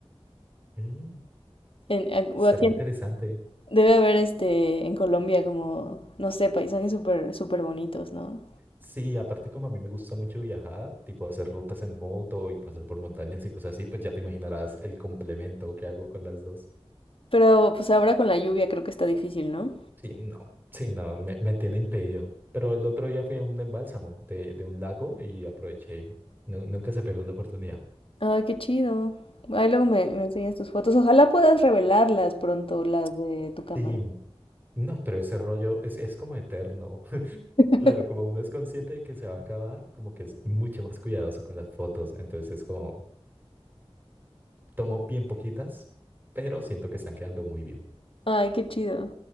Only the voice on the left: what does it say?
En, a-
o aquí en-
debe haber este, en Colombia como, no sé, paisajes súper, súper bonitos, ¿no?
Pero pues ahora con la lluvia creo que está difícil, ¿no?
Ay, qué chido. Ahí luego me, me enseñas tus fotos. Ojalá puedas revelarlas pronto, las de tu cámara.
<laughs>
Ay, qué chido.